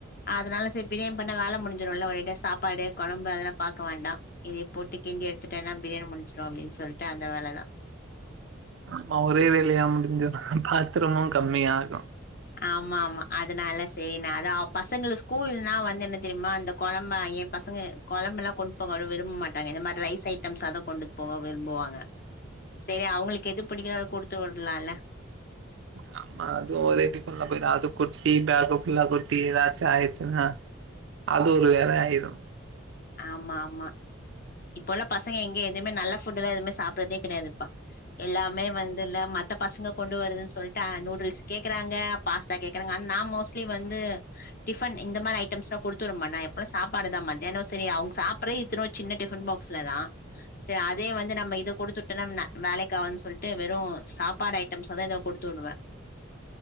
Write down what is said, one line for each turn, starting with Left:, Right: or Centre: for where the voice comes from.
Left: அதனால சேர் பிரியாணி பண்ணா வேல முடிஞ்சிடுல்ல ஒரேடியா சாப்பாடு கொழம்பு அதெல்லா பாக்க வேண்டா இதே போட்டி கிண்டி எடுத்துட்டேன்னா பிரியணி முடிச்சிடு அப்டின்னு சொல்ட்டு அந்த வேலதா
Right: ஆமா ஒரே வேலையா முடிஞ்சுர்னா பாத்தரமும் கம்மியாகு
Left: ஆமா ஆமா அதனால சேரி நா அதா பசங்களுக்கு ஸ்கூல்னா வந்து என்ன தெரியுமா அந்த கொழம்பாயி பசங்க கொழம்பெல்லா கொண்டு போக அவ்ளோ விரும்ப மாட்டாங்க இந்த மாரி ரைஸ் ஐட்டம்ஸ் அத கொண்டு போக விரும்புவாங்க செரி அவுங்களுக்கு எது புடிகிதோ அத குடுத்து விடலால
Right: ஆ அது ஓரே டிஃபன்ல போய்டு அது கொட்டி பேக்கு ஃபுல்லா கொட்டி ஏதாச்சு ஆயிச்சுன்னா அது ஒரு வேலையாயிடு
Left: ஆமா ஆமா இப்பொல்ல பசங்க எங்க எதுவுமே நல்லா ஃபுட்டல்லா எதுவுமே சாப்படறதே கெடையாதப்பா எல்லாமே வந்துல்ல மத் த பசங்க கொண்டு வருதுன் சொல்ட்டு அ நூடுல்ஸ் கேக்குறாங்க பாஸ்டா கேக்குறங் அன் நா மோஸ்ட்லி வந்து டிஃபன் இந்த மாரி ஐட்டம்ஸ்லா குடுத்துறமன்ன எப்பன சாப்பாடுதா மத்யானோஸ் தெரி அவுங் சாப்ரே இத்துனோ சின்ன டிஃபன் பாக்ஸ்ல தா செ அதே வந்து நம்ம இத குடுத்துட்டுனம் ந வெ அலைக்காவாதுன் சொல்ட்டு வெறும் சாப்பாட் ஐட்டம்ஸ் அத இதோ குடுத்து விடுவ